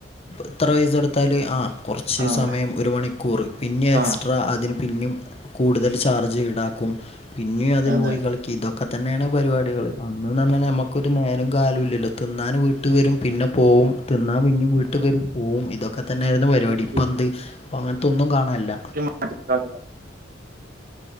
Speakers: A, on the left; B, on the right.
A: ഇത്ര പൈസ കൊടുത്താല് ആ കൊറച്ച്
B: ആഹ്
A: സമയം ഒരു മണിക്കൂറ് പിന്നെ
B: ആഹ്
A: എക്സ്ട്രാ അതിന് പിന്നും കൂടുതൽ ചാർജ് ഈടാക്കും പിന്നെയും അതിൽ
B: അതെ
A: പോയി കളിക്കി ഇതൊക് ക്കെത്തന്നെയാണ് പരിപാടികള് അന്ന് ന്ന് പറഞ്ഞാൽ നമുക്കൊരു നേരം കാലൊല്ലല്ലോ തിന്നാൻ വീട്ട് വരും പിന്നെ പോവും തിന്നാൻ പിന്നേം വീട്ടിൽ വരും പോവും ഇതൊക്കെ തന്നെയായിരുന്നു പരിപാടി
B: ഇ
A: ഇപ്പ
B: ഇ
A: എന്ത് ഇപ്പ അങ്ങനത്തൊന്നും കാണാന്ല്ല
B: <unintelligible> കളിക്കള